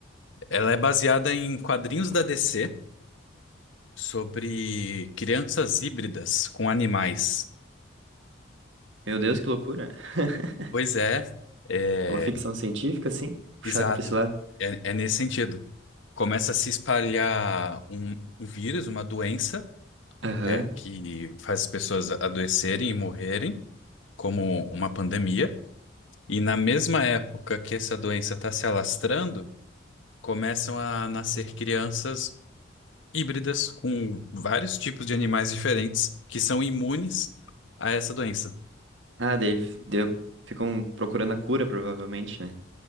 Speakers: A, on the left (about 80°); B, on the right (about 75°).
A: Ela é baseada em quadrinhos da DC sobre crianças híbridas com animais.
B: Meu Deus, que loucura. <laughs>
A: Pois é, é
B: Uma ficção científica, assim? Puxado
A: exato.
B: pra esse lado?
A: É, é nesse sentido. Começa a se espalhar um um vírus, uma doença
B: Aham.
A: é, que faz as pessoas adoecerem e morrerem, como uma pandemia. E na mesma época que essa doença está se alastrando, começam a nascer crianças híbridas com vários tipos de animais diferentes que são imunes a essa doença.
B: Ah, daí, f- deu- ficam procurando a cura, provavelmente, né?